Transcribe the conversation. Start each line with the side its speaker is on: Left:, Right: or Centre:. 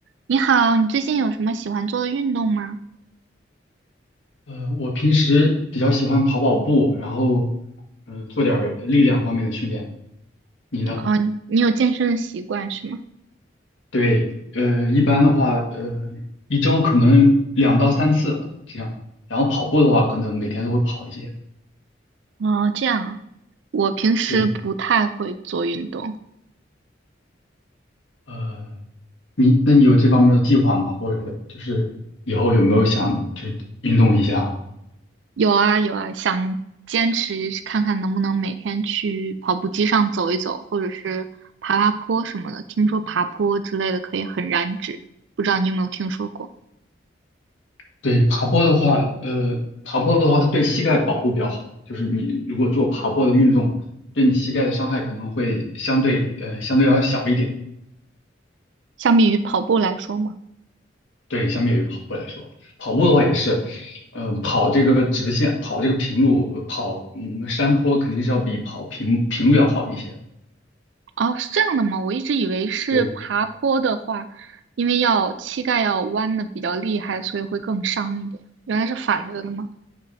Right: 你好，你最近有什么喜欢做的运动吗？
Left: 呃，我平时比较喜欢跑跑步，然后，嗯、呃做点儿力量方面的训练。你呢？
Right: 哦，你有健身的习惯是吗？
Left: 对，呃，一般的话，呃，一周可能两到三次这样。然后跑步的话，可能每天都会跑一些。
Right: 哦，这样啊，我平时不太会做运动。
Left: 对，呃，你那你有这方面的计划吗？或者就是以后有没有想就是运动一下？
Right: 有啊有啊，想坚持看看能不能每天去跑步机上走一走，或者是爬爬坡什么的。听说爬坡之类的可以很燃脂，不知道你有没有听说过？
Left: 对，爬坡的话，呃，爬坡的话，它对膝盖保护比较好。就是你如果做爬坡的运动，对你膝盖的伤害可能会相对，呃，相对要小一点。
Right: 相比于跑步来说嘛。
Left: 对，相比于跑步来说，跑步的话也是，嗯、跑这个直线，跑这个平路，呃，跑嗯山坡肯定是要比跑平平路要好一些。
Right: 哦，是这样的吗？我一直以为是爬坡的话，
Left: 对，
Right: 因为要膝盖要弯的比较厉害，所以会更伤一点。原来是反着的吗？